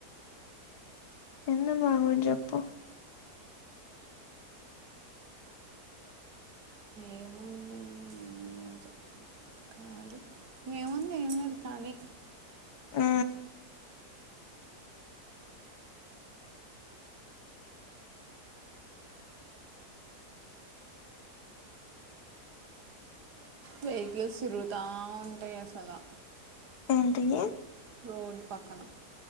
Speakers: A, on the left; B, on the right.
A: ఎందుకు బాగోదు చెప్పు.
B: ఏముంది ఏమి లేదు. ఖాలీ ఏముంది ఏం లేదు ఖాలీ.
A: ఆ
B: వెహికిల్స్ తిరుగుతా ఉంటయి అసలా.
A: ఏంటియి?
B: రోడ్ పక్కన